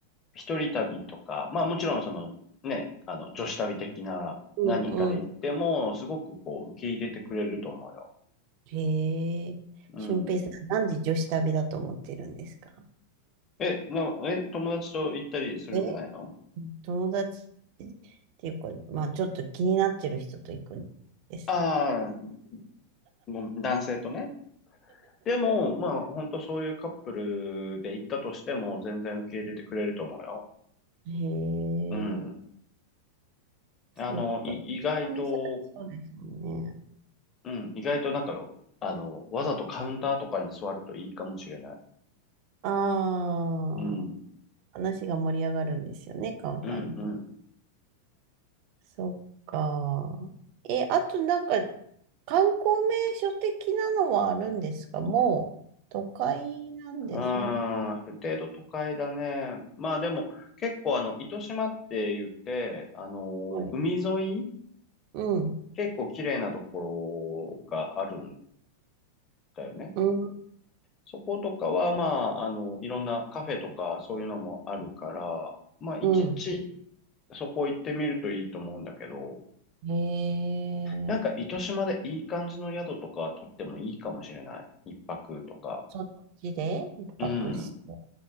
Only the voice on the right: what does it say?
うんうん。
えー、
俊平さん、なんで女子旅だと思ってるんですか
え友達っていうか、まあちょっと気になってる人と行くんですよ。
へえ、
そうか。
お店だとそうですもんね。
ああ、
話が盛り上がるんですよね、カウンターの方。
そっか。え、あとなんか、観光名所的なのはあるんですかもう、都会なんで、
そん
はい。
うん、
うん、
う
ん。へえ、
そっちで一泊して。